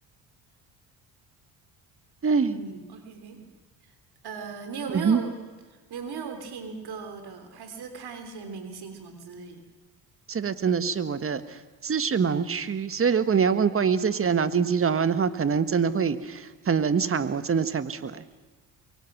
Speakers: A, on the right; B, on the right.
A: 哎，
B: 嗯，OK，呃，你有没有
A: 嗯哼，
B: 你有没有听歌的，还是看一些明星什么之类的
A: 这个真的是我的知识盲区，所以如果你要问关于这些的脑筋急转弯的话，可能真的会很冷场，我真的猜不出来。